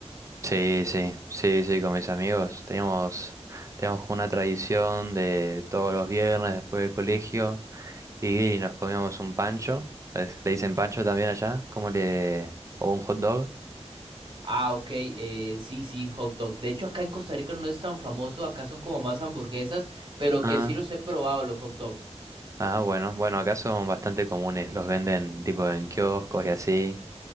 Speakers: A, on the right (about 25°); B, on the right (about 45°).
A: Sí, sí, sí, sí, con mis amigos. Teníamos, teníamos como una tradición de todos los viernes después del colegio. Y nos comíamos un pancho. ¿Es- ¿Le dicen pancho también allá? ¿Cómo le...? ¿O un hot dog?
B: Ah, ok, eh, sí, sí, hot dog. De hecho, acá en Costa Rica no es tan famoso, acá son como más hamburguesas, pero
A: Ah,
B: que sí los he probado los hot dog.
A: ah, bueno. Bueno, acá son bastante comunes. Los venden tipo en kioscos y así.